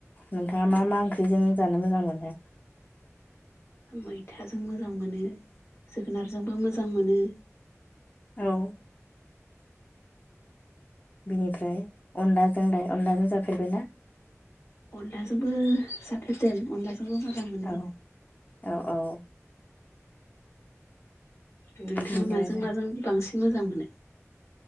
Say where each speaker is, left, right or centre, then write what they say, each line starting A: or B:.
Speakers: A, on the left; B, on the left.
A: नोंथाङा मा मा ओंख्रिजों जानो मोजां मोनो?
B: <inaudible> मैथाजों मोजां मोनो, जोगोनारजोंबो मोजां मोनो,
A: औ बिनिफ्राय अनलाजों लाय, अनलाजों जाफेरबायना?
B: अनलाजोंबो जाफेरदों अनलाजोंबो मोजां मोनो।
A: औ औ औ
B: नोंथाङा
A: बिनो
B: माजों
A: आरो
B: माजों बांसिन मोजां मोनो?